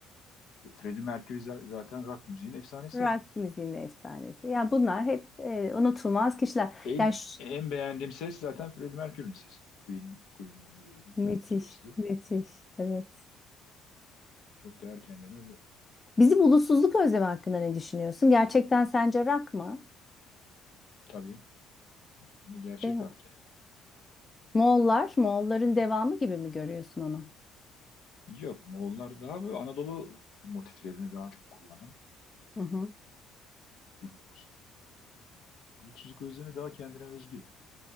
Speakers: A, on the left (about 65°); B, on the left (about 25°).
A: Freddie Mercury za- zaten rock müziğin efsanesi.
B: Rock müziğinin efsanesi. Yani bunlar hep e, unutulmaz kişiler.
A: En
B: Yani ş-
A: en beğendiğim ses zaten Freddie Mercury'nin sesi. Queen, Queen'in
B: müthiş,
A: solisti.
B: müthiş. Evet.
A: Çok değer erkenden öldü.
B: Bizim ulusuzluk özlemi hakkında ne düşünüyorsun? Gerçekten sence rock mı?
A: Tabii bir gerçek
B: Değil mi?
A: rock yani.
B: Moğollar, Moğolların devamı gibi mi görüyorsun onu?
A: Yok Moğollar daha böyle Anadolu motiflerini daha çok kullanan
B: Hı hı.
A: bir grup. Bulutsuzluk özlemi daha kendine özgü.